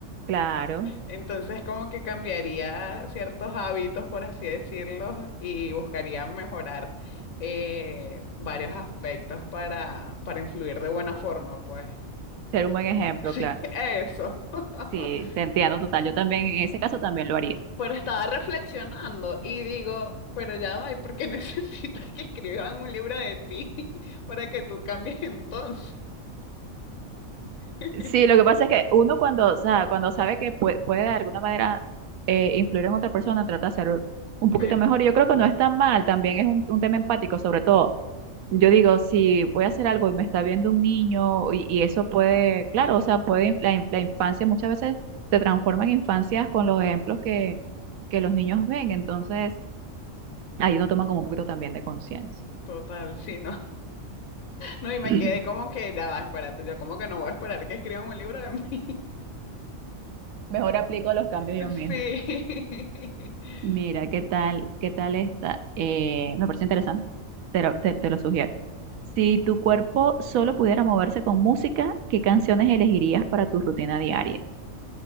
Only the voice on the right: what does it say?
Claro,
ser un buen ejemplo,
claro.
Sí, te entiendo total, yo también, en ese caso también lo haría.
Sí, lo que pasa es que uno cuando, o sea, cuando sabe que pue- puede, de alguna manera eh, influir en otra persona, trata de ser un
poquito mejor. Y yo creo que no es tan mal, también es un, un tema empático, sobre todo. Yo digo, si voy a hacer algo y me está viendo un niño y, y eso puede, claro,
o sea, puede, la, in- la infancia muchas veces se transforma en infancias con los ejemplos que, que los niños ven, entonces ahí uno toma como un poquito también de conciencia.
<clears throat>
Mejor aplico los cambios
yo misma.
Mira, ¿qué tal? ¿Qué tal esta? Eh, me parece interesante. Te lo, te- te lo sugiero. Si tu cuerpo solo pudiera moverse con música, ¿qué canciones elegirías para tu rutina diaria?